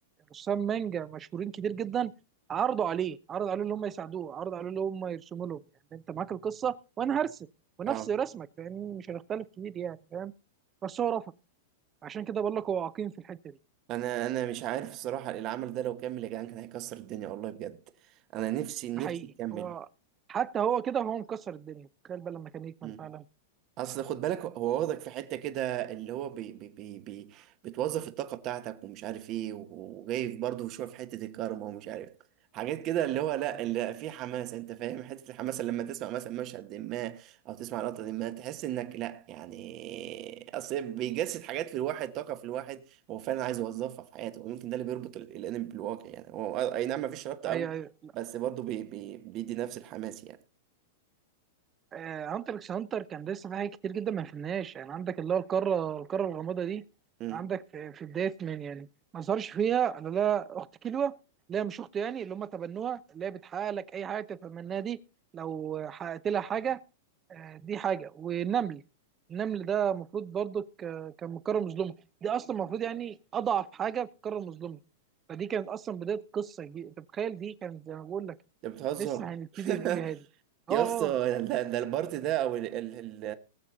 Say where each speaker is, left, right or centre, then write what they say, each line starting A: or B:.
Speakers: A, on the right; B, on the right.
A: رسام مانجا مشهورين كتير جدا عرضوا عليه عرضوا عليه ان هم يساعدوه عرضوا عليه ان هم يرسموا لهم يعني انت معاك القصه وانا هرسم ونفس
B: اه
A: رسمك فاهمني مش هنختلف كتير يعني فاهم بس هو رفض عشان كده بقول لك هو عقيم في الحته دي
B: انا انا مش عارف الصراحه العمل ده لو كمل يا جدعان كان هيكسر الدنيا والله بجد انا نفسي نفسي
A: ده حقيقي
B: يكمل
A: هو حتى هو كده وهو مكسر الدنيا تخيل بقى لما كان يكمل
B: مم.
A: فعلا
B: اصل خد بالك هو واخدك في حته كده اللي هو بي بي بي بي بتوظف الطاقه بتاعتك ومش عارف ايه وجاي برضه شويه في حته الكارما ومش عارف حاجات كده اللي هو لا اللي في حماس انت فاهم <laughs> حته الحماس اللي لما تسمع مثلا مشهد ما او تسمع لقطه ما تحس انك لا يعني اصل بيجسد حاجات في الواحد طاقه في الواحد هو فعلا عايز يوظفها في حياته ويمكن ده اللي بيربط ال- الانمي بالواقع يعني هو آه، اي نعم مفيش ربط قوي
A: ايوه ايوه لا،
B: بس برضه بي بي بيدي نفس الحماس يعني
A: آه هانتر اكس هانتر كان لسه في حاجات كتير جدا ما فهمناهاش يعني عندك اللي هو القاره القاره الغامضه دي
B: امم
A: عندك في, في بدايه من يعني ما ظهرش فيها انا لا اخت كيلوا لا مش اخته يعني اللي هم تبنوها اللي هي بتحقق لك اي حاجه تتمناها دي لو حققت لها حاجه آه، دي حاجه والنمل النمل ده المفروض برضو ك- كان من قاره مظلومه دي اصلا المفروض يعني اضعف حاجه في القاره المظلومه فدي كانت اصلا بدايه قصه دي انت متخيل دي كانت زي ما بقول لك
B: انت بتهزر
A: لسه هنبتدي
B: <laughs>
A: نقول يا هادي اه
B: يا
A: اه
B: اسطى ده ده البارت ده او ال ال ال